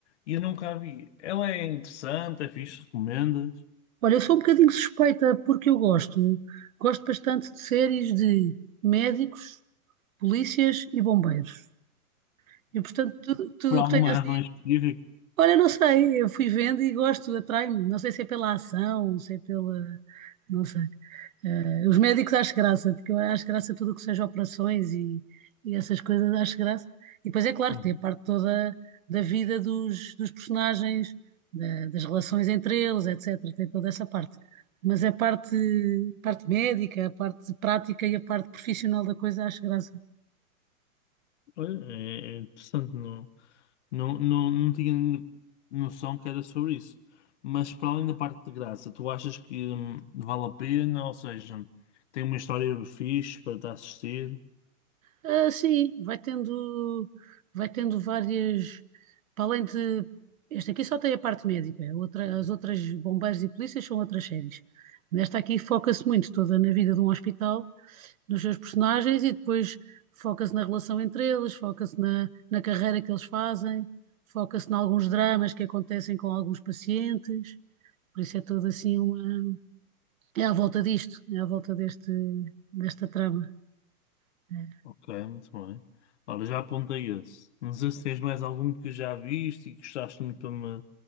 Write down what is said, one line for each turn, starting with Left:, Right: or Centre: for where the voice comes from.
Left: e eu nunca a vi. Ela é interessante, é fixe, recomendas?
Right: Olha, eu sou um bocadinho suspeita porque eu gosto, gosto bastante de séries de médicos, polícias e bombeiros. E portanto, tudo, tudo
Left: Por alguma
Right: o que tenho assim.
Left: razão específica?
Right: Olha, não sei, eu fui vendo e gosto, atrai-me. Não sei se é pela ação, se é pela. Não sei. Eh, os médicos acho graça, porque eu acho graça tudo o que seja operações e, e essas coisas, acho graça. E depois é claro
Left: Uhum.
Right: que tem a parte toda da vida dos, dos personagens, da- das relações entre eles, etc. Tem toda essa parte. Mas a parte, parte médica, a parte prática e a parte profissional da coisa acho graça.
Left: Olha, é é interessante, não, não, não, não tinha noção que era sobre isso. Mas para além da parte de graça, tu achas que hum, vale a pena? Ou seja, tem uma história fixe para te assistir?
Right: Ah, sim, vai tendo, vai tendo várias. Para além de. Este aqui só tem a parte médica, outra- as outras bombeiros e polícias são outras séries. Nesta aqui foca-se muito toda na vida de um hospital, nos seus personagens e depois foca-se na relação entre eles, foca-se na, na carreira que eles fazem, foca-se em alguns dramas que acontecem com alguns pacientes. Por isso é toda assim uma. É à volta disto, é à volta deste, desta trama. É.
Left: Ok, muito bem. Ora, já apontei esse. Não sei se tens mais algum que já viste e que gostaste muito para me.